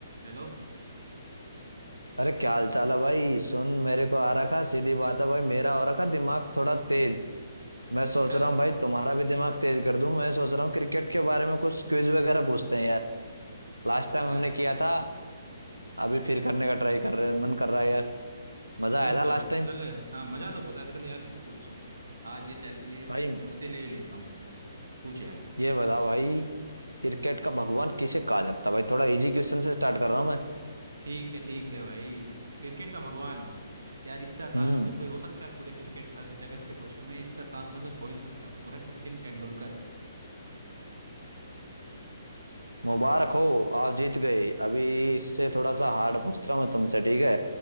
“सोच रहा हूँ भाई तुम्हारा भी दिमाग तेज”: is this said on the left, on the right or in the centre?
Right